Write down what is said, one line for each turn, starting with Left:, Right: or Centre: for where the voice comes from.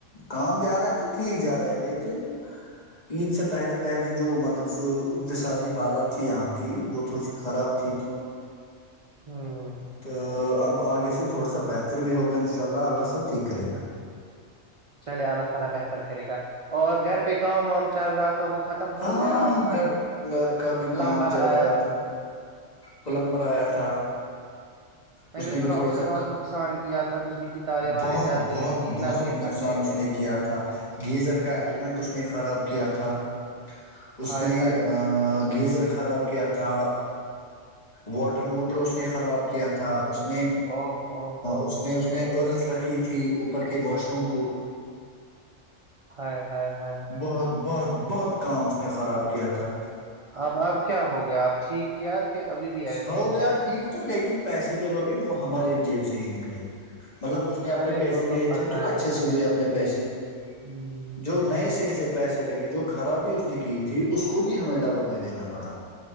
Left: کام جا رہا ہے تو ٹھیک جا رہا ہے لیکن عید سے پہلے پہلے جو مطلب س اقتصادی حالت تھی یہاں کی وہ تھوڑی سی خراب تھی تو
Right: ہوں
Left: تو اب آگے سے تھوڑا سا بہتر بھی ہوگا ا ان شاء اللہ اللہ سب ٹھیک کرے
Right: ہ
Left: گا
Right: چلے اللہ تعالی ب کرے گا اور گھر پہ کام وام چل رہا تھا وہ ختم ہو
Left: ہاں
Right: گیا وہاں
Left: گھر
Right: جو
Left: گھر کا بھی
Right: پلمبر
Left: کام چل
Right: آیا
Left: رہا تھا پلمبر آیا تھا
Right: میں
Left: اس نے
Right: سنا
Left: بھی تھوڑا سا
Right: بہت نقصان کیا تھا بجلی کی تارے وارے
Left: بہت
Right: جل گئی
Left: بہت
Right: تھی
Left: بہت
Right: نل کے پھٹ
Left: نقصان
Right: گئے
Left: اس
Right: تھے
Left: نے کیا تھا گیزر کا ایلیمنٹ اس نے خراب کیا تھا اس
Right: ہائے
Left: نے
Right: ہائے ہائے،
Left: گیزر خراب کیا تھا واٹر موٹر اس نے خراب کیا تھا اس اس نے
Right: اوہ اوہ اوہ
Left: اس اس نے ار رکھ رکھی تھی اوپر کے واش روم کو
Right: ہ <inaudible> ہاں ہاں ہاں
Left: بہت بہت بہت کام اس نے خراب کیا تھا
Right: اب اب کیا ہو گیا آپ ٹھیک کیا کہ ابھی بھی ایسے
Left: ہو
Right: ہی
Left: گیا
Right: ہے
Left: ٹھیک تو لیکن پیسے جو لگے وہ ہماری جیب سے ہی نکلے مطلب اس نے
Right: چلے
Left: اپنے پیسے
Right: وہ
Left: لیے ا
Right: پتہ
Left: تھے تو اچھے
Right: ہی
Left: سے
Right: ہے
Left: لیے اپنے پیسے
Right: ہوں
Left: جو نئے سرے سے پیسے لگی جو خرابی اس نے کی تھی اس کو بھی ہمیں ڈبل میں دینا پڑا